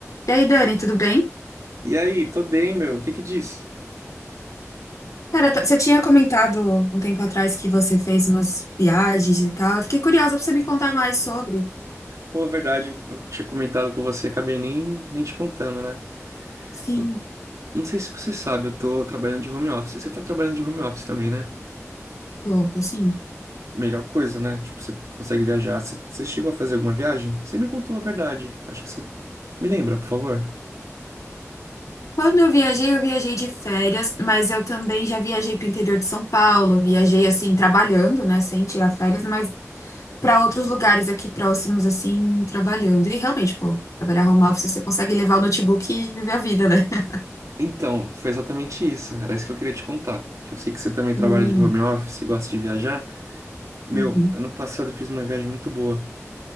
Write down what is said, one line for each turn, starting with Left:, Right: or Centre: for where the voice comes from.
Left: E aí, Dani, tudo bem?
Right: E aí, tô bem, meu. O que que diz?
Left: Cara, tá- você tinha comentado um tempo atrás que você fez umas viagens e tal. Eu fiquei curiosa pra você me contar mais sobre.
Right: Pô, é verdade, eu tinha comentado com você, acabei nem, nem te contando, né?
Left: Sim,
Right: Não, não sei se você sabe, eu tô trabalhando de home office. Você tá trabalhando de home office também, né?
Left: Clodo, sim.
Right: Melhor coisa, né? Tipo, você consegue viajar. Você, você chegou a fazer alguma viagem? Você me contou a verdade. Acho que você. Me lembra, por favor.
Left: Quando eu viajei, eu viajei de férias, mas eu também já viajei pro interior de São Paulo. Viajei, assim, trabalhando, né, sem tirar férias, mas pra outros lugares aqui próximos, assim, trabalhando. E realmente, pô, trabalhar home office, você consegue levar o notebook e viver a vida, né? <laughs>
Right: Então, foi exatamente isso. Era isso que eu queria te contar. Que eu sei que você também trabalha
Left: Hum,
Right: de home office e gosta de viajar. Meu,
Left: uhum.
Right: ano passado eu fiz uma viagem muito boa.